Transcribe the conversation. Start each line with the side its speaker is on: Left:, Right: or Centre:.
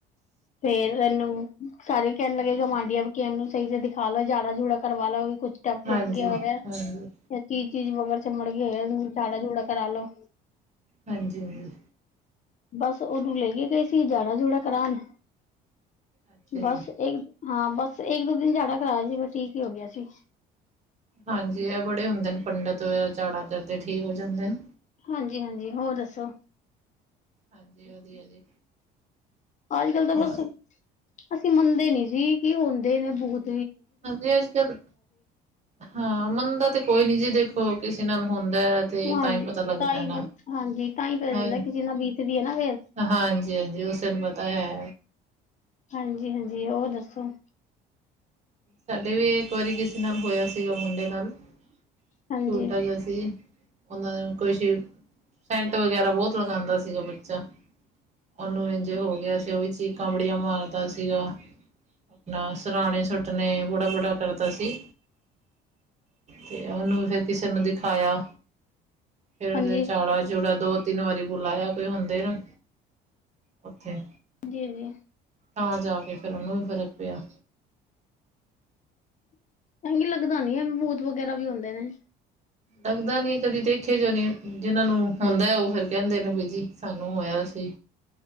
Left: ਫੇਰ ਇਹਨੂੰ ਸਾਰੇ ਕਹਿਣ ਲੱਗੇ <unintelligible> <unintelligible> ਨੂੰ ਸਹੀ ਸ ਦਿਖਾ ਲਓ ਜਾੜਾ ਜੂੜਾ ਕਰਵਾ ਲੋ ਵੀ ਕੁਛ ਟਪ
Right: ਹਾਂਜੀ,
Left: ਟੁਪ ਗਿਆ ਹੋਇਆ
Right: ਹਾਂਜੀ,
Left: ਯ ਚੀਜ਼-ਚੀਜ਼ ਵਗਰ ਚਿੰਮੜਗੀ ਏ ਜਾੜਾ ਜੂੜਾ ਕਰਾ ਲੋੋ
Right: ਹਾਂਜੀ ਹਾਂ।
Left: ਬਸ ਉਹਨੂੰ ਲੈ ਕੇ ਗਏ ਸੀ ਜਾੜਾ ਜੂੜਾ ਕਰਾਨ
Right: ਅੱਛਾ
Left: ਬਸ
Right: ਜੀ,
Left: ਇੱਕ ਹਾਂ ਬਸ ਇੱਕ ਦੋ ਦਿਨ ਜਾੜਾ ਕਰਾਇਆ ਸੀ ਬ ਠੀਕ ਇ ਹੋ ਗਿਆ ਸੀ।
Right: ਹਾਂਜੀ ਇਹ ਬੜੇ ਹੁੰਦੇ ਨੇ ਪੰਡਿਤ ਵ ਜਾੜਾ ਕਰਦੇ ਠੀਕ ਹੋ ਜਾਂਦਾ ਏ ਨਾ।
Left: ਹਾਂਜੀ ਹਾਂਜੀ ਹੋਰ ਦੱਸੋ
Right: ਹਾਂਜੀ ਵਧੀਆ ਜੀ।
Left: ਅੱਜ ਕੱਲ ਤਾਂ ਬਸ
Right: ਹੋਰ
Left: ਅਸੀਂ ਮੰਨਦੇ ਨੀ ਜੀ ਕਿ ਹੁੰਦੇ ਨੇ ਬਹੁਤ
Right: ਹਾਂਜੀ ਅੱਜ ਕੱਲ ਹਾਂ ਮੰਨਦਾ ਤੇ ਕੋਈ ਨੀ ਜੇ ਦੇਖੋ ਕਿਸੇ ਨਾਲ ਹੁੰ <unintelligible> ਤੇ
Left: ਹਾਂਜੀ
Right: ਤਾਈ ਪਤਾ ਲੱਗਦਾ
Left: ਤਾਂ ਹੀ
Right: ਐ ਨਾ
Left: ਹਾਂਜੀ ਤਾਂ ਹੀ ਪਤਾ
Right: ਹ
Left: ਚੱਲਦਾ ਕਿਸੇ ਨਾਲ ਬੀਤਦੀ ਹੈ ਨਾ ਫੇਰ
Right: ਹਾਂਜੀ-ਹਾਂਜੀ ਓਸੇਨੂੰ ਪਤਾ ਹੈ।
Left: ਹਾਂਜੀ-ਹਾਂਜੀ ਉਹ ਦੱਸੋ
Right: ਸਾਡੇ ਵੀ ਇੱਕ ਵਾਰੀ ਕਿਸੇ ਨਾਲ ਹੋਇਆ ਸੀਗਾ ਮੁੰਡੇ ਨਾਲ ਛੁੱਟਾ
Left: ਹਾਂਜੀ
Right: ਜਿਆ ਸੀ। ਉਹਨਾਂ ਨੂੰ ਕੋਈ <unintelligible> ਸੇਂਟ ਵਗੈਰਾ ਬਹੁਤ ਲਗਾਂਦਾ ਸੀਗਾ ਬੱਚਾ ਉਹਨੂੰ ਇੰਝੇ ਹੋ ਗਿਆ ਸੀ ਉਹ ਵੀ ਚੀਕਾਂ ਬੜੀਆਂ ਮਾਰਦਾ ਸੀਗਾ। ਆਪਣਾ ਸਰਾਣੇ ਸੁੱਟਣੇ ਬੜਾ-ਬੜਾ ਕਰਦਾ ਸੀ। ਤੇ ਉਹਨੂੰ ਵੀ ਫੇਿਰ ਕਿਸੇ ਨੂੰ ਦਿਖਾਇਆ ਫੇਰ
Left: ਹਾਂਜੀ
Right: ਉਹਦੇ ਚਾੜਾ ਚੂੜਾ ਦੋ ਤਿੰਨ ਵਾਰੀ ਬੁਲਾਇਆ ਕੋਈ ਹੁੰਦੇ ਨਾ ਓਥੇ
Left: <unintelligible>
Right: ਤਾਂ ਜਾ ਕੇ ਫੇਿਰ ਉਹਨੂੰ ਵੀ ਫ਼ਰਕ ਪਿਆ।
Left: <unintelligible> ਲੱਗਦਾ ਨੀ ਐ ਬੂਤ ਵਗੈਰਾ ਵੀ ਹੁੰਦੇ ਨੇ।
Right: ਲੱਗਦਾ ਨੀ ਕਦੀ ਦੇਖੇ ਜੋ ਨੀ ਜਿਹਨਾਂ ਨੂੰ ਹੁੰਦਾ ਉਹ ਫਿਰ ਕਹਿੰਦੇ ਨੇ ਬੀ ਜੀ ਸਾਨੂੰ ਹੋਇਆ <unintelligible>